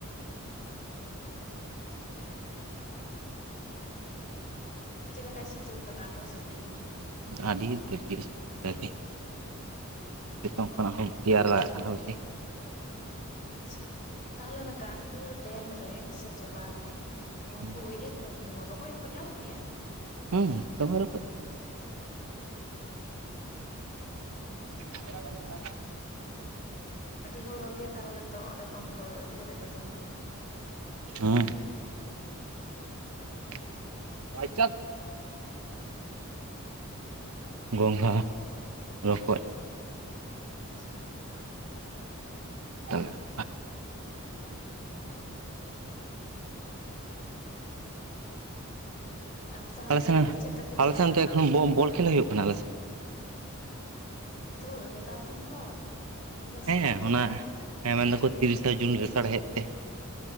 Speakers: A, on the left; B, on the right.
A: ᱦᱩᱸ ᱦᱩᱸ ᱪᱮᱫ ᱞᱮᱠᱟᱭ ᱥᱤᱛᱩᱝ ᱟᱠᱟᱫᱟ ᱟᱯᱮ ᱥᱮᱫ ᱛᱮᱦᱮᱧ ᱫᱚ
B: ᱟᱹᱰᱤ ᱫᱟᱹᱨᱭᱟᱹ ᱥᱤᱛᱩᱝ ᱛᱮᱦᱤᱧ ᱫᱚ ᱥᱤᱛᱩᱝ ᱠᱷᱚᱱᱟᱜ
A: ᱚ
B: ᱦᱚᱸ ᱫᱮᱭᱟᱨᱮ ᱞᱟᱜᱟᱜ ᱠᱟᱱᱟ ᱵᱮᱥᱤ᱾
A: ᱟᱪᱪᱷᱟ ᱛᱟᱦᱚᱞᱮ ᱚᱱᱟ ᱜᱟᱝ ᱫᱩᱣᱟᱹᱨ ᱰᱮᱢ ᱨᱮ ᱥᱮ ᱡᱚᱞᱟᱨᱮ
B: ᱦᱮᱸ
A: ᱩᱱᱠᱩ ᱤᱭᱟᱹ ᱠᱚ ᱨᱚᱠᱚᱡ ᱫᱚᱠᱚ ᱧᱟᱢᱚᱜ ᱜᱮᱭᱟ
B: ᱦᱮᱸ ᱫᱚᱢᱮ ᱨᱚᱠᱚᱡ
A: ᱚ
B: <inaudible>
A: ᱟᱹᱰᱤ ᱦᱚᱲ ᱜᱮ ᱛᱟᱦᱚᱞᱮ ᱛᱚ᱾ᱚᱸᱰᱮ ᱠᱷᱚᱱ ᱠᱚ ᱤᱫᱤ ᱠᱟᱛᱮᱫ ᱠᱚ ᱡᱚᱢ ᱠᱚᱜᱮᱭᱟ᱾
B: ᱦᱮᱸ <unintelligible> ᱵᱟᱭ ᱪᱟᱱᱥᱚ ᱜᱚᱸᱜᱷᱟ ᱨᱚᱠᱚᱡ
A: ᱟᱪᱪᱷᱟ
B: ᱛᱟᱭᱟ
A: ᱚ <inaudible> ᱟᱨ ᱛᱟᱦᱚᱞᱮ
B: ᱟᱞᱮ ᱥᱮᱱ
A: ᱤᱭᱟᱹ ᱪᱮᱫ ᱛᱮᱯᱮ
B: ᱟᱞᱮ
A: ᱪᱟᱞᱟᱣ
B: ᱥᱮᱱ <unintelligible>
A: ᱠᱟᱱᱟ
B: ᱮᱠᱷᱚᱱ ᱵᱚᱞ ᱠᱷᱮᱞ ᱦᱩᱭᱩᱜ ᱠᱟᱱᱟ ᱟᱞᱮ ᱥᱮᱫ ᱾
A: ᱱᱤᱛᱚᱜ ᱱᱮᱛᱟᱨ ᱫᱤᱱ ᱦᱚᱸ ᱩᱱᱟᱹᱜ
B: ᱦᱮᱸ
A: ᱥᱤᱛᱩᱝ ᱫᱤᱱ
B: ᱚᱱᱟ
A: ᱦᱚᱸ
B: ᱦᱮᱸ ᱢᱮᱱᱫᱟᱠᱚ ᱛᱤᱨᱤᱥᱟ ᱡᱩᱱ ᱞᱮᱥᱟᱲᱦᱮᱫ ᱛᱮ